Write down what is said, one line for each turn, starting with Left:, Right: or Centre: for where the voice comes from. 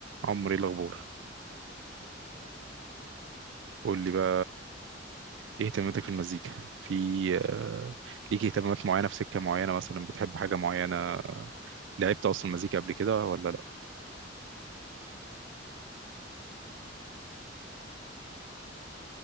Right: عمرو ايه الاخبار
Left: تمام
Right: قول لي بقى ايه اهتماماتك في المزيكا في آه، ليك اهتمامات معينه في سكه معينه مثلا بتحب حاجه معينه لعبت اصلا مزيكا قبل كده ولا لا
Left: والله انا بحب المزيكا جدا ومن وانا صغير كنت بلعب على الكيبورد